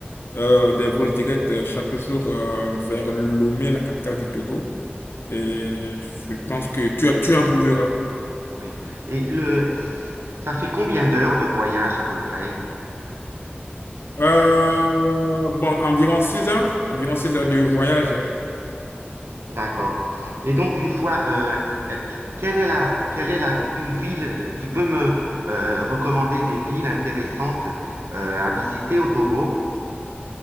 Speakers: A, on the left; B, on the right.
A: euh, des vols directs euh, chaque jour euh, vers Lomé, la capitale du Togo. Et je pense que tu, tu en trouveras.
B: Oui. Et le, ça fait combien d'heures de voyage à peu près?
A: Euh, bon, environ six heures, environ 6 heures de voyage.
B: D'accord. Et donc, une fois, euh, euh, qui- quelle est la, quelle est la, une ville, euh, tu peux me euh, recommander des villes intéressantes euh, à visiter au Togo?